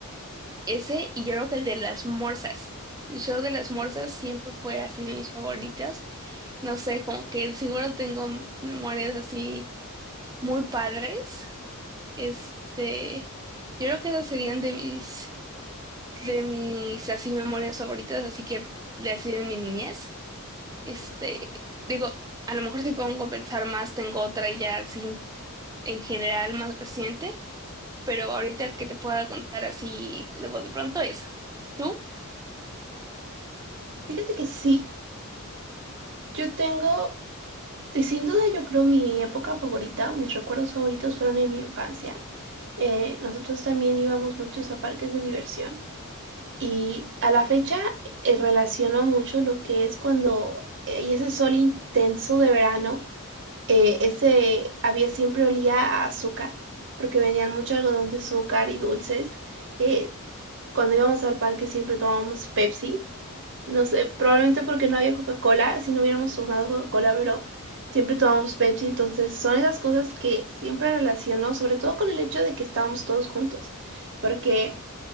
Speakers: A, on the right (about 15°); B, on the right (about 55°).
A: Ese y yo creo que el de las morsas. El show de las morsas siempre fue así de mis favoritos. No sé, como que seguro tengo memorias así muy padres. Este, yo creo que esos serían de mis de mis así memorias favoritas, así que de así de mi niñez. Este, digo, a lo mejor si pongo a pensar más, tengo otra ya así en general más reciente, pero ahorita que te pueda contar así de voz de pronto esa. ¿Tú?
B: Fíjate que sí, yo tengo, y sin duda yo creo mi época favorita o mis recuerdos favoritos fueron en mi infancia. Eh, nosotros también íbamos muchos a parques de diversión Y a la fecha eh, relaciono mucho lo que es cuando hay ese sol intenso de verano, eh, ese había siempre olía a azúcar, porque venían mucho algodón de azúcar y dulces. Eh, cuando íbamos al parque siempre tomábamos Pepsi, no sé, probablemente porque no había Coca-Cola, si no hubiéramos tomado Coca-Cola, pero siempre tomamos Pepsi, entonces son esas cosas que siempre relaciono, sobre todo con el hecho de que estábamos todos juntos, porque